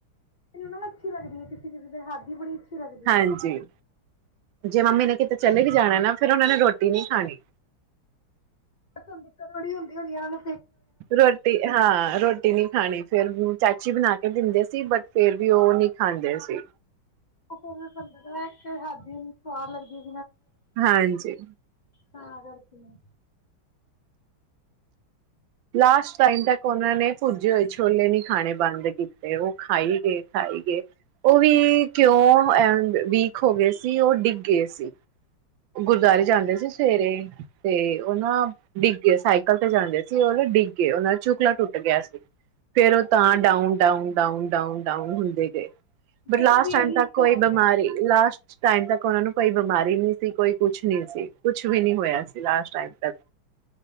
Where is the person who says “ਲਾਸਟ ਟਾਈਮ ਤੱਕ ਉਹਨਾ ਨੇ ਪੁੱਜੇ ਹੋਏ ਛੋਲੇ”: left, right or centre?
Right